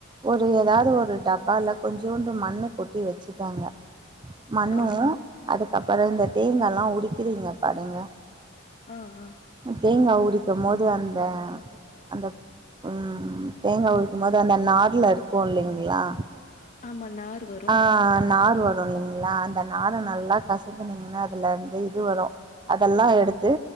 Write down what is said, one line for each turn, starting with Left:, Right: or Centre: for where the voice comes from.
Right: ஒரு ஏதாவது ஒரு டப்பால கொஞ்சோண்டு மண்ணு கொட்டி வெச்சு க்கோங்க மண்ணு
Left: ஆ
Right: அதுக்கப்பறோ இந்த தேங்கால்லா உரிக்கிறீங்க பாருங்க
Left: ஆஹ் ஆஹ்
Right: தேங்கா உரிக்கு போது அந்த அந்த உம் தேங்கா உரிக்கு போது அந்த நார்ல இருக்கு இல்லிங்ளா
Left: ஆமா நார் வரு
Right: ஆ நார் வரும் இல்லிங்களா அந்த நாரை நல்லா கசக்குனீங்கன்னா அதுலருந்து இது வரு அதெல்லா எடுத்து